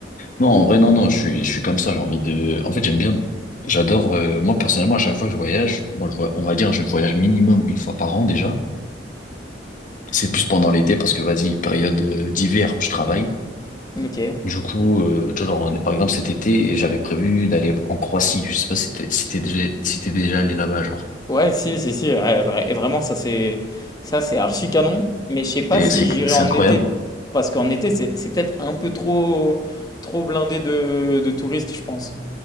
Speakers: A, on the left; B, on the left.
A: Non, en vrai, non, non, je suis, je suis comme ça. J'ai envie de. En fait, j'aime bien. J'adore. euh, moi, personnellement, à chaque fois que je voyage, moi, je vois, on va dire, je voyage minimum une fois par an déjà. C'est plus pendant l'été parce que, vas-y, période euh, d'hiver, je travaille.
B: Ok.
A: Du coup, euh, tu vois, genre, on est- par exemple, cet été, j'avais prévu d'aller en Croatie. Je sais pas si t'es, si t'es déjà, si t'es déjà allé là-bas, genre.
B: Ouais, si, si, si. ouais, vra- et vraiment, ça, c'est, ça, c'est archi canon. Mais je sais pas
A: C'est,
B: si
A: c'est,
B: j'irai
A: c'est
B: en
A: incroyable.
B: été parce qu'en été, c'est, c'est peut-être un peu trop, trop blindé de, de touristes, je pense.